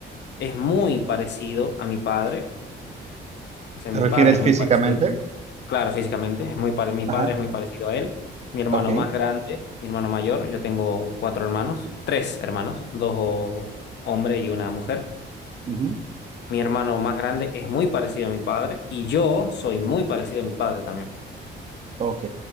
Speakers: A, on the left; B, on the right.
A: es muy parecido a mi padre, o sea, mi
B: ¿Te refieres
A: padre es
B: físicamente?
A: muy parecido, Claro, físicamente, es muy pare- mi
B: Ajá,
A: padre es muy parecido a él. Mi hermano
B: ok,
A: más grande, mi hermano mayor, yo tengo cuatro hermanos, tres hermanos, dos o- hombres y una mujer.
B: ujú,
A: Mi hermano más grande es muy parecido a mi padre y yo soy muy parecido a mi padre también.
B: ok,